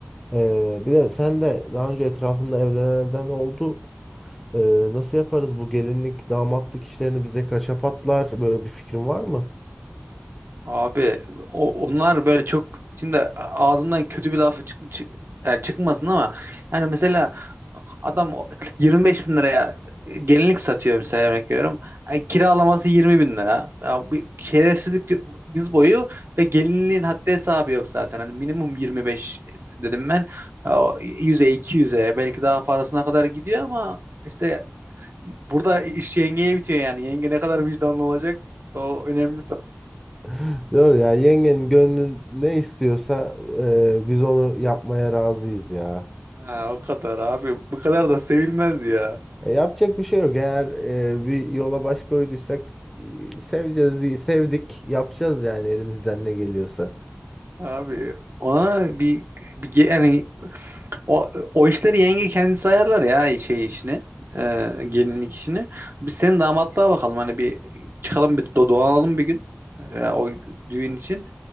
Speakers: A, in the centre; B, on the right.
A: E, bir de sen de daha önce etrafında evlenenden oldu. E, nasıl yaparız bu gelinlik damatlık işlerini bize kaça patlar böyle bir fikrin var mı?
B: Abi o- onlar böyle çok şimdi ağzımdan kötü bir laf çık, çık- yani çıkmasın ama yani mesela adam o 25 bin liraya gelinlik satıyor mesela örnek veriyorum. Ay, kiralaması 20 bin lira. Ya, bir şerefsizlik diz boyu ve gelinliğin haddi hesabı yok zaten. Hani minimum 25 dedim ben. Ya, O 100'e 200'e belki daha fazlasına kadar gidiyor ama işte burada iş yengeye bitiyor yani. Yenge ne kadar vicdanlı olacak o önemli
A: <laughs> Doğru ya yengenin gönlün ne istiyorsa e, biz onu yapmaya razıyız ya.
B: Ha, o kadar abi. Bu kadar da sevilmez ya.
A: E, yapacak bir şey yok. Eğer e, bir yola baş koyduysak e, seveceğiz, diye- sevdik, yapacağız yani elimizden ne geliyorsa.
B: Abi ona bir, bir ge- yani o, o işleri yenge kendisi ayarlar ya şey işini. e, gelinlik işini. Biz senin damatlığa bakalım. Hani bir çıkalım bir do- dolanalım bir gün. e, o düğün için.